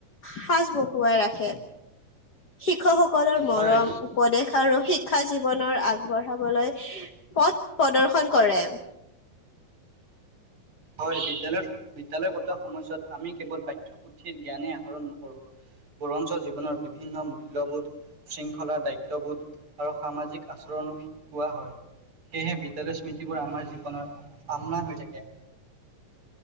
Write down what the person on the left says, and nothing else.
সাজ বহুৱাই ৰাখে শিক্ষকসকল মৰম
উপদেশ আৰু শিক শিক্ষা জীৱনৰ আগবঢ়াবলৈ পথ প্ৰদৰ্শন কৰে